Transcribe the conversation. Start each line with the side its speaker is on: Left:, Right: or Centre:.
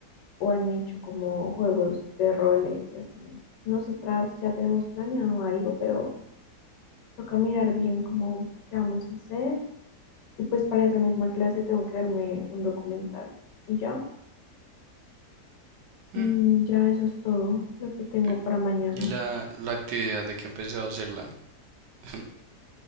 Left: o han hecho como juegos de roles y así. Nosotras ya tenemos planeado algo, pero toca mirar bien cómo qué vamos a hacer. Y pues para esa misma clase tengo que verme un documental y ya. Y
Right: Mm,
Left: ya eso es todo lo que tengo
Right: pe-
Left: para mañana.
Right: ¿Y la, la actividad de que empezado a hacerla? <laughs>